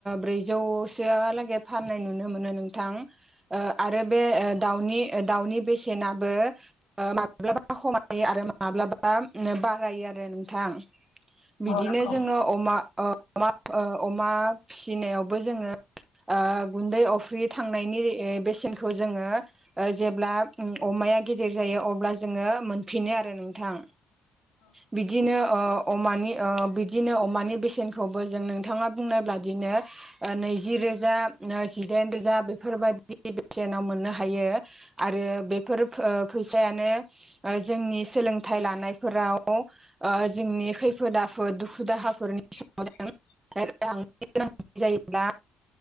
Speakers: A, on the right; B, on the left.
A: ब्रैजौ सोहालागै फाननाय नुनो मोनो नोंथां ओ आरो बे ओ दाउनि दाउनि बेसेनाबो माब्लाबा खमायो आरो माब्लाबा बारायो आरो नोंथां बिदिनो
B: औ नंगौ
A: जोङो अमा अ अ अमा फिसिनायावबो जोङो गुन्दै अफ्रि थाङो मावनायनि ए बेसेनखौ ओ जोङो जेब्ला अमाया गिदिर जायो अब्ला जोङो मोनफनो आरो नोंथां बिदिनो ओ अमानि अ बिदिनो अमानि बेसेनखौबो जों नोंथाङा बुंनाय ब्लादिनो नैजि रोजा नो जिदाइन रोजा बे बेफोरबायदि बेसेनाव मोननो हायो आरो बेफोर फै फैसायानो जोंनि ओ सोलोंथाइ लानायफोराव जोंनि ओ खैफोद आफोद दुखु दाहाफोरनि
B: <inaudible>
A: आरो आं गोनां जायोब्ला